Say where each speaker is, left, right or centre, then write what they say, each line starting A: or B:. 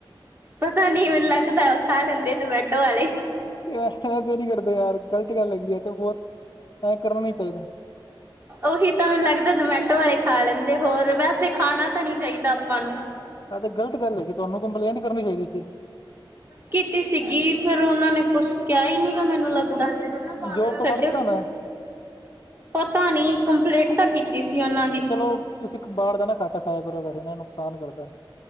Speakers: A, on the right; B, on the left.
A: ਪਤਾ ਨੀ ਮੈਂਨੂੰ ਲੱਗਦਾ, ਖਾ ਲੈਂਦੇ ਜ਼ਮੈਟੋ <unintelligible>
B: ਯਾਰ, ਹਾਂ ਤੇ ਨੀ ਕਰਦੇ ਯਾਰ ਗ਼ਲਤ ਗੱਲ ਹੈਗੀ ਐ ਐ ਤੇ ਬੋਤ। ਐ ਕਰਨਾ ਨੀ ਚਾਈਦਾ।
A: ਓਹੀ ਤਾਂ ਮੈਨੂੰ ਲੱਗਦਾ ਜ਼ਮੈਟੋ ਆਲੇ਼ ਖਾ ਲੈਂਦੇ ਹੋਰ, ਵੈਸੇ ਖਾਣਾ ਤਾਂ ਨੀ ਚਾਈਦਾ ਆਪਾਂ ਨੂੰ?
B: ਐ ਤੇ ਗਲਤ ਗੱਲ ਹੈਗੀ, ਤੁਆਂਨੂੰ ਕੰਪਲੇਂਟ ਕਰਨੀ ਚਾਈਦੀ ਸੀ।
A: ਕੀਤੀ ਸੀਗੀ, ਫੇਰ ਓਨਾਂ ਨੇ ਕੋਸ਼ ਕੇਆ ਈ ਨੀ ਮੈਨੂੰ ਲੱਗਦਾ।
B: ਜੋਬ ਤੋਂ
A: ਛੱਡਿਓ
B: ਕੱਡਤਾ ਨੇ?
A: ਪਤਾ ਨੀ ਕੰਪਲੇਟ ਤਾ ਕੀਤੀ ਸੀ ਓਨਾਂ ਦੀ।
B: ਚਲੋ, ਤੁਸੀ ਇੱਕ ਬਾਰ ਦਾ ਨਾ ਘਾੱਟ ਖਾਏਆ ਕਰੋ, ਵੈਸੇ ਨਾ ਨੁਕਸਾਨ ਕਰਦੈ।